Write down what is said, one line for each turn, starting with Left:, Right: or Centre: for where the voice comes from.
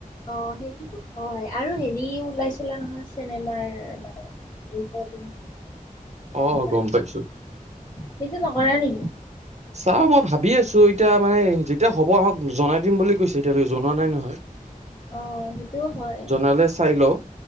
Left: উম সেইটো তো হয় আৰু হেৰি ওলাইছিলে নহয় চিনেমাৰ মানে ৰিপৰ্টিং।
Right: অ
Left: কিবা
Right: গম পাইছো।
Left: সেইটো নকৰা নেকি
Right: চও মই ভাবি আছো এতিয়া মানে যেতিয়া হ'ব আহক জনাই দিম বুলি কৈছে এতিয়ালৈকে জনোৱা নাই নহয়।
Left: অ সেইটোও হয়
Right: জনালে চাই লওঁ